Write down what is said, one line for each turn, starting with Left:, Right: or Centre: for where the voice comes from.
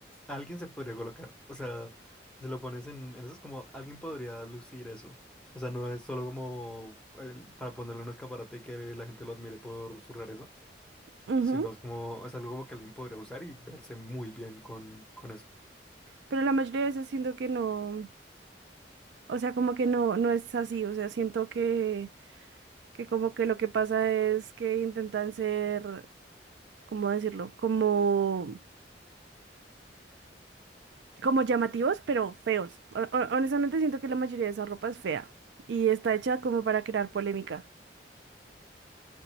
Centre: alguien se podría colocar. O sea, se lo pones en, en eso, es como alguien podría lucir eso. O sea, no es solo como el- para ponerle un escaparate y que la gente lo admire por su rareza,
Right: Ujú.
Centre: sino es como, es algo como que alguien podría usar y verse muy bien con, con eso.
Right: Pero la mayoría de veces siento que no, o sea, como que no, no es así. O sea, siento que, que como que lo que pasa es que intentan ser, ¿cómo decirlo? Como como llamativos, pero feos. O- o- honestamente siento que la mayoría de esa ropa es fea y está hecha como para crear polémica.